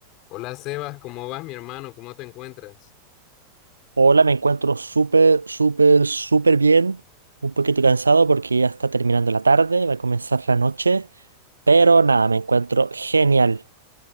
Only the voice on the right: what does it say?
Hola, me encuentro súper, súper, súper bien. Un poquito cansado porque ya está terminando la tarde, va a comenzar la noche. Pero nada, me encuentro genial.